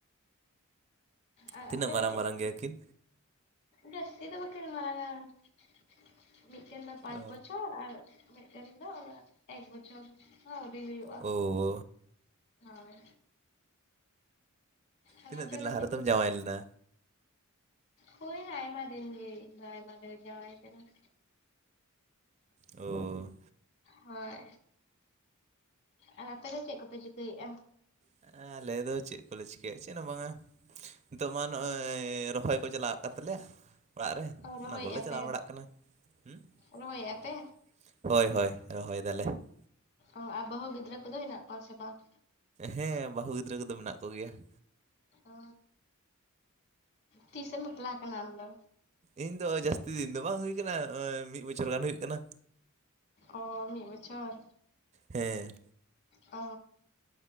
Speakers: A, on the left; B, on the right.
A: ᱟᱨ
B: ᱛᱤᱱᱟᱹᱜ
A: ᱟᱯᱮ
B: ᱢᱟᱨᱟᱝ
A: ᱫᱚ
B: ᱢᱟᱨᱟᱝ
A: ᱪᱮᱫ,
B: ᱜᱮᱭᱟ ᱠᱤᱱ
A: ᱡᱟᱹᱥᱛᱤ ᱫᱚ ᱵᱟᱠᱤᱱ ᱢᱟᱨᱟᱝ ᱟ ᱾ ᱢᱤᱫᱴᱮᱱ ᱫᱚ ᱯᱟᱸᱪ
B: ᱚ
A: ᱵᱚᱪᱷᱚᱨ ᱟᱨ ᱢᱤᱫᱴᱮᱱ ᱫᱚ ᱮᱠ ᱵᱚᱪᱷᱚᱨ ᱦᱚ ᱟᱹᱣᱨᱤ ᱦᱩᱭᱩᱜᱼᱟ ᱾
B: ᱳ ᱾
A: ᱦᱳᱭ ᱟᱨ
B: ᱛᱤᱱᱟᱹᱜ
A: ᱟᱯᱮ
B: ᱫᱤᱱ
A: ᱫᱚ
B: ᱞᱟᱦᱟ
A: ᱪᱮᱫ
B: ᱨᱮᱫᱚᱢ
A: ᱠᱚᱯᱮ
B: ᱡᱟᱶᱟᱭ ᱞᱮᱱᱟ
A: ᱦᱩᱭᱱᱟ ᱟᱭᱢᱟ ᱫᱤᱱ ᱜᱮ ᱤᱧ ᱫᱚ ᱟᱭᱢᱟ ᱫᱤᱱ ᱨᱤᱧ ᱡᱟᱶᱟᱭ ᱠᱟᱱᱟ ᱾
B: ᱚ
A: ᱦᱳᱭ ᱟᱨ ᱟᱯᱮ ᱫᱚ ᱪᱮᱫ ᱠᱚᱯᱮ ᱪᱤᱠᱟᱹᱭᱮᱫᱼᱟ?
B: ᱦᱮᱸ ᱟᱞᱮ ᱫᱚ ᱪᱮᱫ ᱠᱚᱞᱮ ᱪᱤᱠᱟᱹᱭᱟ ᱪᱮᱫ ᱦᱚᱸ ᱵᱟᱝᱟ ᱾ ᱱᱤᱛᱚᱜ ᱢᱟ ᱱᱚᱜᱼᱚᱭ ᱨᱚᱦᱚᱭ ᱠᱚ ᱪᱟᱞᱟᱜ ᱠᱟᱱ ᱛᱟᱞᱮᱭᱟ ᱾ ᱚᱲᱟᱜ ᱨᱮ
A: ᱨᱚᱦᱚᱭᱮᱫᱼᱟ
B: ᱚᱱᱟ ᱠᱚᱞᱮ ᱪᱟᱞᱟᱣ
A: ᱯᱮ
B: ᱵᱟᱲᱟᱜ ᱠᱟᱱᱟ ᱦᱮᱸ
A: ᱨᱚᱦᱚᱭᱮᱫᱼᱟ
B: ᱾
A: ᱯᱮ
B: ᱦᱳᱭ ᱦᱳᱭ ᱨᱚᱦᱚᱭ ᱫᱟᱞᱮ ᱾
A: ᱚ ᱟᱨ ᱵᱟᱦᱩ ᱜᱤᱫᱽᱨᱟᱹ ᱠᱚᱫᱚ ᱦᱮᱱᱟᱜ ᱠᱚᱣᱟ ᱥᱮ ᱵᱟᱝ?
B: ᱦᱮᱸ ᱵᱟᱹᱦᱩ ᱜᱤᱫᱽᱨᱟᱹ ᱠᱚᱫᱚ ᱢᱮᱱᱟᱜ ᱠᱚᱜᱮᱭᱟ ᱾
A: ᱚ ᱛᱤᱥᱮᱢ ᱵᱟᱯᱞᱟ ᱠᱟᱱᱟ ᱟᱢ ᱫᱚ?
B: ᱤᱧ ᱫᱚ ᱡᱟᱹᱥᱛᱤ ᱫᱤᱱ ᱫᱚ ᱵᱟᱝ ᱦᱩᱭ ᱠᱟᱱᱟ, ᱮᱸ ᱢᱤᱜ ᱵᱚᱪᱷᱚᱨ ᱜᱟᱱ ᱦᱩᱭᱩᱜ ᱠᱟᱱᱟ᱾
A: ᱚ ᱢᱤᱫ ᱵᱚᱪᱷᱚᱨ?
B: ᱦᱮᱸ᱾
A: ᱚ᱾